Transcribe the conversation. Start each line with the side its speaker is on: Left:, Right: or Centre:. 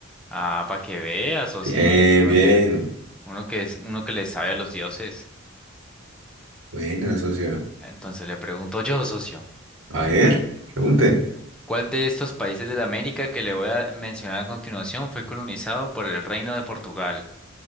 Centre: Ah, para que veas, socito.
Right: Bien,
Centre: Uno
Right: bien.
Centre: que, uno que es, uno que le sabe a los dioses.
Right: Buena, socio.
Centre: Entonces le pregunto yo, socio,
Right: A ver, pregunte.
Centre: ¿cuál de estos países de la América que le voy a mencionar a continuación fue colonizado por el Reino de Portugal?